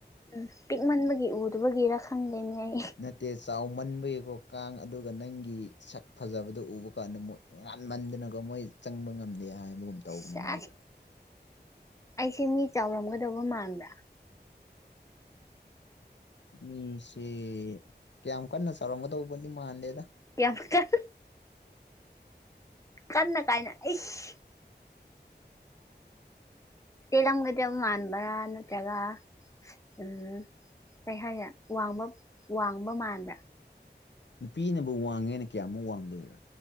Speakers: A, on the left; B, on the left.
A: ꯎꯝ ꯄꯤꯛꯃꯟꯕꯒꯤ ꯎꯗꯨꯕꯒꯤꯔ ꯈꯪꯗꯦꯅꯦ ꯑꯩ꯫
B: ꯅꯠꯇꯦ ꯆꯥꯎꯃꯟꯕꯒꯤꯀꯣ ꯀꯥꯡ ꯑꯗꯨꯒ ꯅꯪꯒꯤ ꯁꯛ ꯐꯖꯕꯗꯣ ꯎꯕ ꯀꯥꯟꯗ ꯃꯣꯏ꯫ ꯉꯥꯟꯃꯟꯗꯅꯀꯣ ꯃꯣꯏ ꯆꯪꯕ ꯉꯝꯗꯦ ꯍꯥꯏꯕꯒꯨꯝ ꯇꯧꯕꯅꯦ
A: ꯁꯦꯁ
B: ꯃꯣꯏꯗꯣ
A: ꯑꯩꯁꯦ ꯃꯤ ꯆꯥꯎꯔꯝꯒꯗꯧꯕ ꯃꯥꯟꯕ꯭ꯔꯥ꯫
B: ꯃꯤꯁꯦ ꯀꯌꯥꯝ ꯀꯟꯅ ꯆꯥꯎꯔꯝꯒꯗꯧꯕꯗꯤ ꯃꯥꯟꯗꯦꯗ꯫
A: ꯌꯥꯝ ꯀꯟ ꯀꯟꯅ ꯀꯥꯏꯅ ꯑꯩꯁ꯫ ꯇ‌ꯦꯜꯂꯝꯒꯗꯕ ꯃꯥꯥꯟꯕ꯭ꯔꯥ ꯅꯠꯇ꯭ꯔꯒ ꯫ ꯎꯝ ꯀꯩ ꯍꯥꯏꯈꯔꯦ ꯋꯥꯡꯕ ꯋꯥꯡꯕ ꯃꯥꯟꯕ꯭ꯔꯥ꯫
B: ꯅꯨꯄꯤꯅꯕꯨ ꯋꯥꯡꯉꯦꯅ ꯀꯌꯥꯃꯨꯛ ꯋꯥꯡꯗꯣꯏꯔꯣ